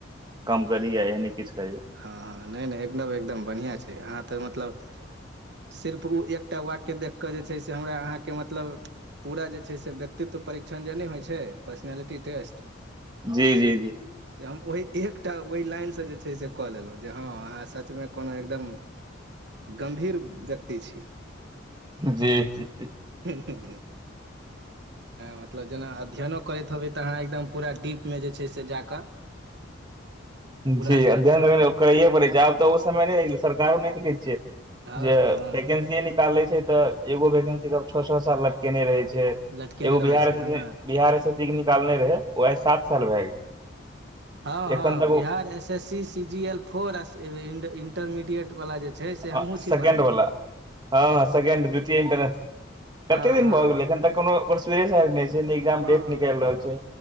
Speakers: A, on the right; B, on the right.
A: काम करी या एहने किछ करी
B: हँ हँ नहि नहि एकदम एकदम बढ़िआँ छै अहाँ तऽ मतलब सिर्फ ओ एकटा वाक्य देखि कऽ जे छै से हमरा अहाँके मतलब पूरा जे छै से व्यक्तित्व परीक्षण जे नहि होइ छै पर्सनलिटी टेस्ट
A: जी जी जी
B: से हम ओहि एकटा ओहि लाइनसँ जे छै से कऽ लेलहुँ जे हँ अहाँ स मे कोनो एकदम गम्भीर व्यक्ति छी
A: जी जी
B: तऽ मतलब जेना अध्ययनो करैत हबै तहाँ एकदम पूरा डीप मे जे छै से जाकऽ
A: जी
B: पूरा ज
A: अध्ययन त कहए पर नैया जेब त ओ समय नहि सरकारो नहि देखै छियै
B: हँ
A: जे
B: हँ
A: वैकेंसीए निकाले छै तऽ एगो वैकेंसी के छओ छओ साल लटकेने रहे छै
B: लटकेने
A: एगो
B: रहै
A: बिहार
B: छै हँ
A: बिहार एस एस सी के निकालने रहे ओ आइ सात साल भए गेल
B: हँ हँ
A: एखन तक
B: Bihar S S C C G L four intermediate वाला जे छै से हमहुँ
A: हँ सेकं्ड
B: छी भरने
A: वला हँ सेकं्ड द्वितीय इटरने कते
B: हँ
A: दिन
B: हँ
A: भऽ
B: हँ
A: गेलै एखन तक कोनो ओ सुरे सेरे नहि छै नहि एग्जाम
B: हँ
A: डेट निकालि रहल छै